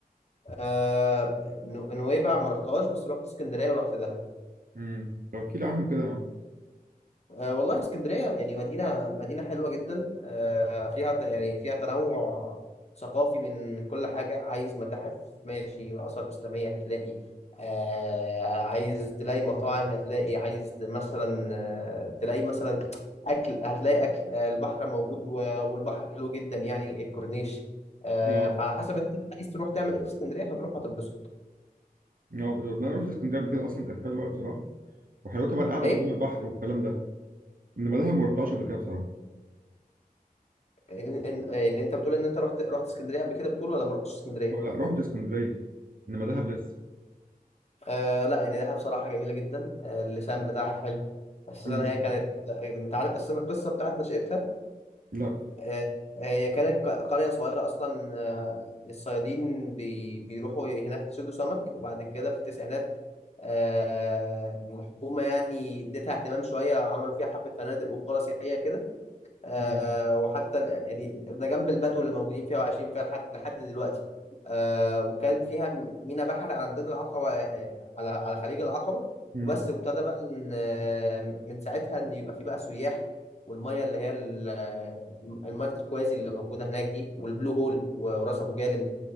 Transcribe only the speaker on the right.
امم طب احكي لي عنهم كده يا عم
امم،
اه
اه بالظبط انا رحت اسكندريه قبل كده اصلا كانت حلوه بصراحه وحلاوتها بقى القعده
قدام البحر والكلام ده انما دهب ما رحتهاش قبل كده بصراحه
اه، لا رحت اسكندريه انما دهب لسه
امم
لا
مم.
مم.